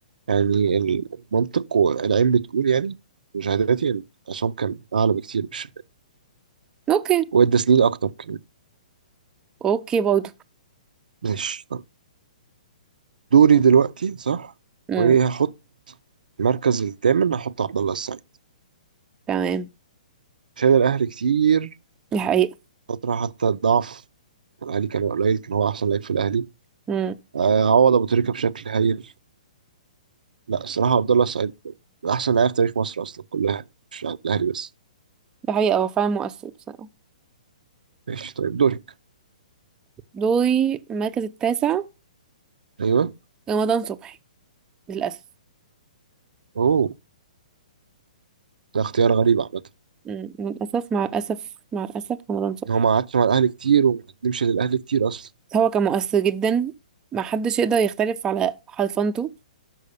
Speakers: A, on the right; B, on the right.
A: يعني ال- المنطق والعين بتقول يعني مشاهداتي ان عصام كان اعلى بكتير من الشباب
B: اوكي
A: وادى سنين اكتر كمان
B: اوكي برضه
A: ماشي طب دوري دلوقتي صح
B: امم
A: وايه هحط المركز الثامن هحط عبد الله السعيد
B: تمام
A: شال الاهلي كتير
B: دي حقيقه
A: فترة حتى الضعف الاهلي كان قليل كان هو احسن لعيب في الاهلي
B: امم
A: آه، عوض ابو تريكة بشكل هايل لا الصراحة عبد الله السعيد من احسن لعيب في تاريخ مصر اصلا كلها مش عند الاهلي بس
B: دي حقيقه هو فعلا مؤثر بصراحه
A: ماشي طيب دورك
B: دوري المركز التاسع
A: ايوه
B: رمضان صبحي للاسف
A: اوه ده اختيار غريب عامة
B: امم للاسف مع الاسف مع الاسف رمضان صبحي
A: ان هو ما قعدش مع الاهلي كتير وما قدمش للاهلي كتير اصلا
B: هو كان مؤثر جدا محدش يقدر يختلف على حرفنته